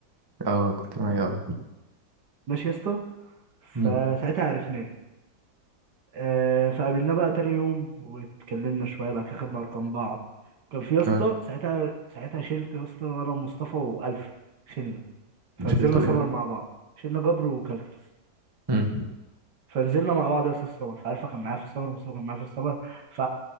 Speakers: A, on the right; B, on the right.
A: اه كنت معايا اه
B: ماشي يا اسطى فساعتها
A: امم
B: عرفناه آه، فقابلناه بقى تاني يوم واتكلمنا شويه بعد كده خدنا ارقام بعض كان في يا اسطى
A: اه
B: ساعتها ساعتها شلت يا اسطى انا ومصطفى والفا شلنا فنزلنا
A: شلته
B: سمر
A: ايه بقى
B: مع بعض شلنا جبر وكالكس
A: امم
B: فنزلنا مع بعض يا اسطى السمر فالفا كان معايا في السمر ومصطفى كان معايا في السمر ف